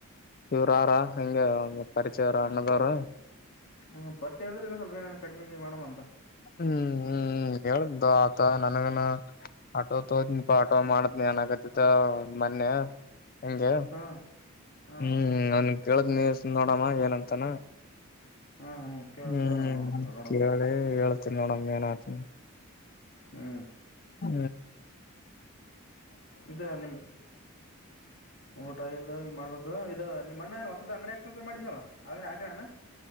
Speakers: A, on the left; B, on the left.
A: ಇವ್ರಾರ ಹಂಗ ಪರಿಚಯರ ಅಣ್ಣದವರು
B: ಹಾ ಪರಿಚಯ ಇದ್ರೆ ಇನ್ನ ಸ್ವಲ್ಪ ಏನಾನ ಕಡ್ಮೆ ಮಣ ಮಂದಾ
A: ಹ್ಮ್ ಹ್ಮ್ ಹ್ಮ ಹೇಳ್ದ ಆತ ನನಗನ ಆಟೋ ತೋತನಿ ಪ ಆಟೋ ಮಾಡದ್ನಿ ಅನ್ನಕತಿದ್ದ ಮೊನ್ನೆ ಹಂಗೆ
B: ಹಾ ಹಾ
A: ಹು ನನ್ ಕೇಳದ್ ನೀ ನೋಡಮ್ಮ ಏನಂತಾನ
B: ಹಾ ಕೇಳ
A: ಹು
B: ಕೇಳ ಒಂದ್ಸಲ ನೋಡಮ್
A: ಕೇಳಿ ಹೇಳ ಯಾಕ್ ರೀ ಮೇಡಂ ಏನಾತು
B: ಹು
A: ಹು
B: ಇದ ನಿಮ್ ಊಟ ಇಲ್ಲ ಈಗ ಮಾಡ್ಬೇಕು ಇದ ನಿಮ್ಮ್ ಅಣ್ಣ ಏನ್ ಇದ ಅಂಗಡಿ ಯಾಕ್ ಖರೀದಿ ಮಾಡಿರಿ ನೀವು ಆಗ್ಲೇ